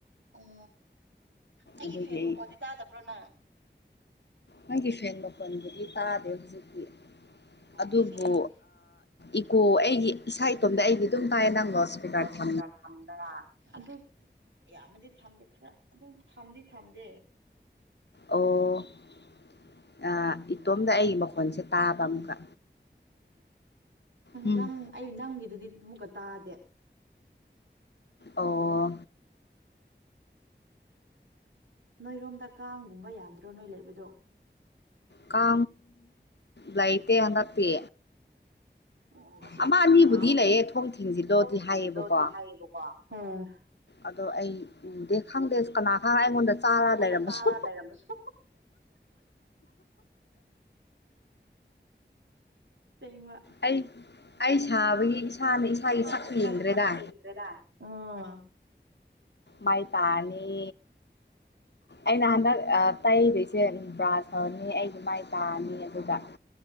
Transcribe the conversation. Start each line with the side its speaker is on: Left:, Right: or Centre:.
Right: ꯑꯣ ꯑꯩꯒꯤ
Left: ꯑꯗꯨꯒꯤ
Right: ꯐꯦꯟ
Left: ꯑꯩ
Right: ꯃꯈꯣꯟꯗꯤ ꯇꯥꯗꯕ꯭ꯔꯣ ꯅꯪ
Left: ꯅꯪꯒꯤ ꯐꯦꯟ ꯃꯄꯣꯟꯕꯨꯗꯤ ꯇꯥꯗꯦ ꯍꯧꯖꯤꯛꯇꯤ
Right: ꯑꯣ
Left: ꯑꯗꯨꯕꯨ
Right: ꯁꯤꯂꯤꯡ
Left: ꯏꯀꯣ ꯑꯩꯒꯤ ꯏꯁꯥ ꯏꯇꯣꯝꯇ ꯑꯩꯗꯤ ꯑꯗꯨꯝ ꯇꯥꯏꯑꯌꯦ ꯅꯪꯅꯣ ꯏꯁꯄꯤꯀꯔ ꯊ
Right: ꯊꯒ ꯑꯗꯨ ꯌꯥꯝꯌꯥꯝꯃꯗꯤ ꯊꯝꯗꯦ ꯈꯔ ꯑꯗꯨꯝ ꯊꯝꯗꯤ ꯊꯝꯗꯦ
Left: ꯑꯣ ꯏꯇꯣꯝꯗ ꯑꯩꯒꯤ ꯃꯈꯣꯟꯁꯦ ꯇꯥꯕ ꯑꯃꯨꯛꯀ ꯎꯝ
Right: ꯅꯪ ꯑꯩ ꯅꯪꯒꯤꯗꯨꯗꯤ ꯑꯃ ꯑꯃꯨꯛꯀ ꯇꯥꯗꯦ
Left: ꯑꯣ
Right: ꯅꯣꯏꯔꯣꯝꯗ ꯀꯥꯡꯒꯨꯝꯕ ꯌꯥꯝꯗ꯭ꯔꯣ ꯅꯣꯏ ꯂꯩꯕꯗꯣ
Left: ꯀ ꯂꯩꯥꯏꯇ ꯍꯗꯇ
Right: ꯑꯣ ꯑꯁꯤꯗꯗꯤ
Left: ꯑꯃ ꯑꯅꯤꯕꯨꯗꯤ
Right: ꯀꯥꯡ
Left: ꯂꯩꯌꯦ
Right: ꯈꯨꯏ
Left: ꯊꯣꯡ ꯊꯦꯡꯖꯤꯜꯂꯣꯗꯤ
Right: ꯂꯩꯈꯣꯝ ꯊꯤꯟꯕꯤꯗꯣꯗꯤ
Left: ꯍꯥꯏꯌꯦꯕꯀꯣ
Right: ꯍꯥꯏꯌꯦꯕꯀꯣ ꯍꯣꯏ
Left: ꯑꯗꯣ ꯑꯩ ꯎꯗꯦ ꯈꯥꯡꯒꯦ ꯀꯅꯥꯒꯪ ꯑꯩꯉꯣꯟꯗ ꯆꯥꯔ
Right: ꯑꯩꯉꯣꯟꯗ
Left: ꯂꯩꯔꯝꯕꯁꯨ
Right: ꯆꯥꯔ ꯂꯩꯔꯝꯕꯁꯨ ꯇꯦꯡꯉꯋꯥ
Left: ꯑꯩ ꯑꯩ ꯁꯥꯕꯒꯤ ꯏꯁꯥꯅ ꯏꯁꯥꯒꯤ
Right: ꯏꯁꯥꯅ
Left: ꯁꯛ
Right: ꯏꯁꯥꯒꯤ
Left: ꯌꯦꯡꯗ꯭ꯔꯦꯗꯥ
Right: ꯁꯛ ꯌꯦꯡꯗ꯭ꯔꯦꯗ ꯑꯥ
Left: ꯃꯩ ꯇꯥꯅꯤ ꯑꯩꯅ ꯍꯟꯗꯛ ꯇꯩꯗꯣꯏꯁꯦꯝ ꯕ꯭ꯔꯥꯖ ꯍꯧꯔꯅꯤ ꯑꯩꯒꯤ ꯃꯥꯏ ꯇꯥꯅꯤ ꯑꯗꯨꯒ